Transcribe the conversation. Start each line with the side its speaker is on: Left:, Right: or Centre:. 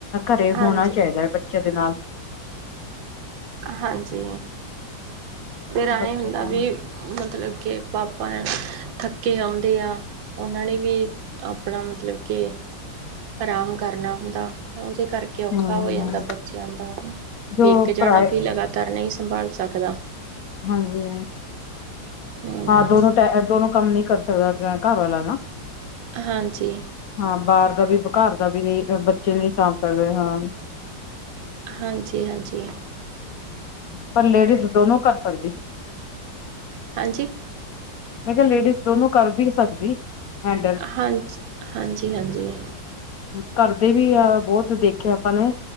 Left: ਘਰੇ
Right: ਹਾਂਜੀ।
Left: ਹੋਣਾ ਚਾਹੀਦਾ ਹੈ ਬੱਚੇ ਦੇ ਨਾਲ
Right: ਹਾਂਜੀ ਫਿਰ ਐਏ
Left: ਬੱਚੇ
Right: ਹੁੰਦਾ
Left: ਹਾਂ
Right: ਵੀ ਮਤਲਬ ਕੇ ਪਾਪਾ ਥੱਕੇ ਆਉਂਦੇ ਆ। ਉਹਨਾਂ ਨੇ ਵੀ ਆਪਣਾ ਮਤਲਬ ਕੇ ਆਰਾਮ ਕਰਨਾ ਹੁੰਦਾ। ਉਹਦੇ ਕਰਕੇ ਔਖਾ
Left: ਹਾਂ
Right: ਹੋ ਜਾਂਦਾ। ਬੱਚਿਆਂ ਦਾ
Left: ਜੋ
Right: ਵੇਖ
Left: ਪਰਾਏ
Right: ਜਾਣਾ ਵੀ ਲਗਾਤਾਰ ਨਹੀਂ ਸੰਭਾਲ ਸਕਦਾ।
Left: ਹਾਂਜੀ।
Right: ਹੂੰ।
Left: ਹਾਂ, ਦੋਨੋ ਟ ਦੋਨੋ। ਕੰਮ ਨਹੀਂ ਕਰ ਸਕਦਾ ਘਰ ਵਾਲਾ ਨਾ।
Right: ਹਾਂਜੀ।
Left: ਹਾਂ ਬਾਹਰ ਦਾ ਵੀ ਘਰ ਦਾ ਵੀ ਨਹੀਂ ਬੱਚੇ ਨਹੀਂ ਸਾਂਭ ਸਕਦੇ ਹਾਂ।
Right: ਹਾਂਜੀ, ਹਾਂਜੀ, ਹਾਂਜੀ,
Left: ਪਰ ਲੇਡੀਜ਼ ਦੋਨੋ ਕਰ ਸਕਦੀ।
Right: ਹਾਂਜੀ।
Left: ਮੈਂ ਕਿਹਾ ਲੇਡੀਜ਼ ਦੋਨੋ ਕਰ ਵੀ ਸਕਦੀ। ਹੈਂਡਲ
Right: ਹਾਂਜੀ, ਹਾਂਜੀ, ਹਾਂਜੀ।
Left: ਕਰਦੇ ਵੀ ਆ ਬਹੁਤ ਦੇਖਿਆ ਆਪਾਂ ਨੇ।